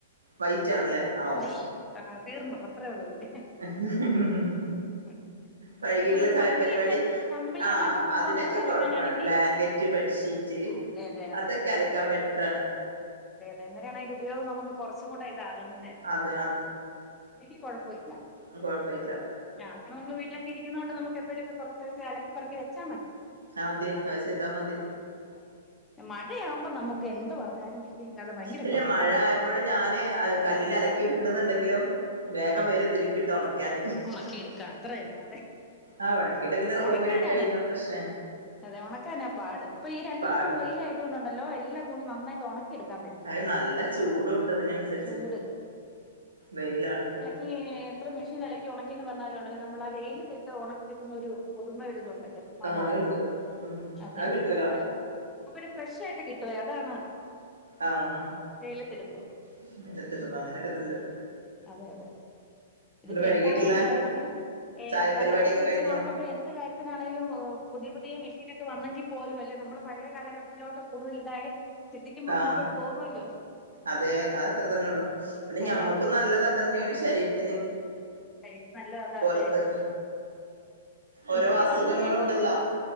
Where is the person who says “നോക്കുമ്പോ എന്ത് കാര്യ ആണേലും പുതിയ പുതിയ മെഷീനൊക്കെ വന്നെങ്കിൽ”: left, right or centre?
Left